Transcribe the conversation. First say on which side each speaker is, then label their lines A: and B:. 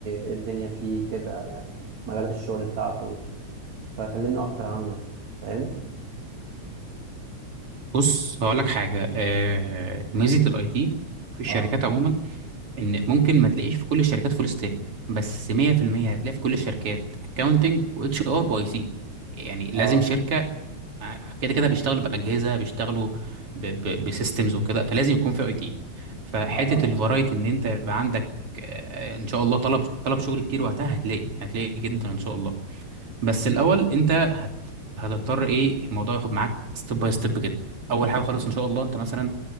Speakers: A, on the right; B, on the right.
A: إيه الدنيا فيه كده يعني مجالات الشغل بتاعته فكلمني اكتر عنه يعني فاهم
B: بص هقول لك حاجه آه، ميزه الاي تي في الشركات
A: اه
B: عموما ان ممكن ما تلاقيش في كل الشركات فول ستاك بس 100% هتلاقي في كل الشركات اكاونتنج واتش ار واي سي يعني
A: اه
B: لازم شركه مع- كده كده بيشتغلوا باجهزه بيشتغلوا بسيستمز وكده فلازم يكون في اي تي فحته
A: اه آه.
B: الفرايتي ان انت يبقى عندك آه، ان شاء الله طلب طلب شغل كتير وقتها هتلاقي هتلاقي جدا ان شاء الله بس الاول
A: مم.
B: انت هت... هتضطر ايه الموضوع ياخد معاك ستيب باي ستيب كده اول حاجه خالص ان شاء الله انت مثلا